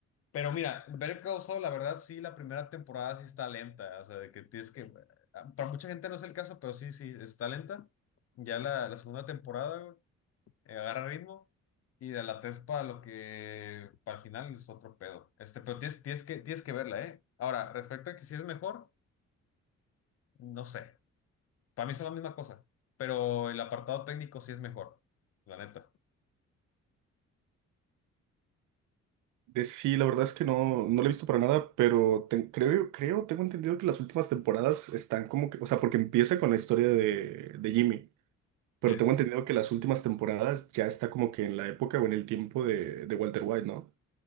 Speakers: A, on the left; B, on the right.
A: Pero mira, Better Call Saul, la verdad, sí, la primera temporada sí está lenta. O sea, de que tienes que. ah, Para mucha gente no es el caso, pero sí, sí, está lenta. Ya la, la segunda temporada, güey, eh, agarra ritmo. Y de la tres para lo que. Para el final es otro pedo. Este, pero tienes, tienes que, tienes que verla, ¿eh? Ahora, respecto a que si es mejor, no sé. Para mí son la misma cosa. Pero el apartado técnico sí es mejor. La neta.
B: De- Sí, la verdad es que no, no la he visto para nada, pero te- creo, creo, tengo entendido que las últimas temporadas están como que, o sea, porque empieza con la historia de, de Jimmy,
A: Sí.
B: pero tengo entendido que las últimas temporadas ya está como que en la época o en el tiempo de, de Walter White, ¿no?